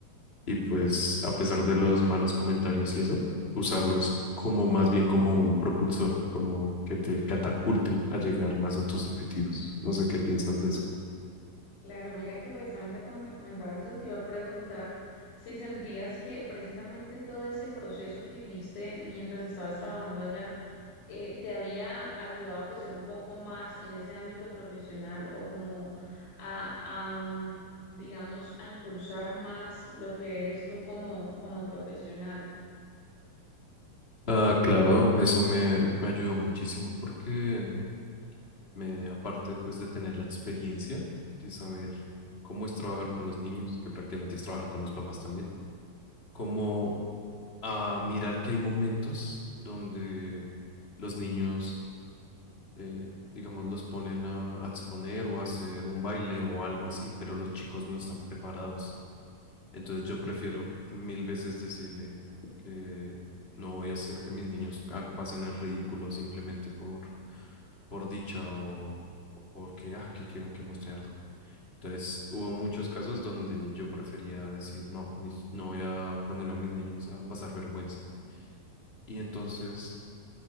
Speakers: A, on the left; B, on the left.
A: y pues a pesar de los malos comentarios y eso, usarlos como más bien como un propulsor, como que te catapulten a llegar más a tus objetivos. No sé qué piensas de eso.
B: Claro, mira que precisamente cuando me comentabas eso te iba a preguntar si sentías que precisamente todo ese proceso que viviste mientras estabas trabajando allá eh, te había ayudado a crecer un poco más en ese ámbito profesional o como a, a, mm, digamos, a impulsar más lo que eres tú como, como profesional.
A: Ah, claro, eso me, me ayudó muchísimo porque me, aparte pues de tener la experiencia de saber cómo es trabajar con los niños, que prácticamente es trabajar con los papás también, como a mirar que hay momentos donde los niños eh, digamos, los ponen a, a exponer o a hacer un baile o algo así, pero los chicos no están preparados. Entonces yo prefiero mil veces decirle que no voy a hacer que mis niños ah, pasen el ridículo simplemente por, por dicha o, o porque, ah, que quieren que muestre algo. Entonces hubo muchos casos donde yo prefería decir, no, mis- no voy a poner a mis niños a pasar vergüenza. Y entonces